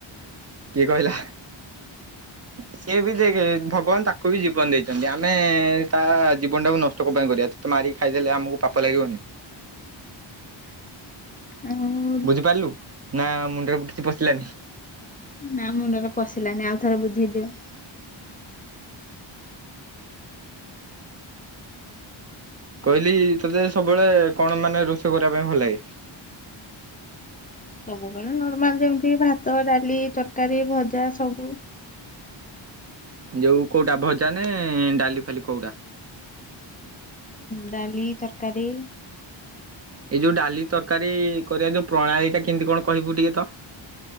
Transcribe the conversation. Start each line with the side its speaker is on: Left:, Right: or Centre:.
Right: କିଏ କହିଲା ସିଏ ବି ଦେଖେ ଭଗବାନ୍ ତାକୁ ବି ଜୀବନ ଦେଇଛି। ଯେମତି ଆମେ ତା ଜୀବନଟାକୁ ନଷ୍ଟ କଣ ପାଇଁ କରିବା ତତେ ମାରିକି ଖାଇଦେଲେ ଆମକୁ ପାପ ଲାଗିବନି?
Left: ଆ ହୁଁ ହୁଁ।
Right: ବୁଝିପାରିଲୁ ନା ମୁଣ୍ଡରେ କିଛି ପଶିଲାନି?
Left: ନା ମୁଣ୍ଡରେ ପଶିଲାନି ଆଉ ଥରେ ବୁଝେଇ ଦିଅ?
Right: କହିଲି ତୋତେ ସବୁବେଳେ କଣ ମାନେ ରୋଷେଇ କରିବା ପାଇଁ ଭଲ ଲାଗେ?
Left: ସବୁବେଳେ ନର୍ମାଲ୍ ଯେମିତି ଭାତ ଡାଲି ତରକାରୀ ଭଜା ସବୁ।
Right: ଯୋଉ କୋଉଟା ଭଜା ନେ ଡାଲି ଫାଲି କୋଉଟା?
Left: ଡାଲି ତରକାରୀ
Right: ଏଇ ଯୋଉ ଡାଲି ତରକାରୀ କରିବା ଯୋଉ ପ୍ରଣାଳୀ ଟା କେମିତି କଣ କହିବୁ ଟିକେ ତ?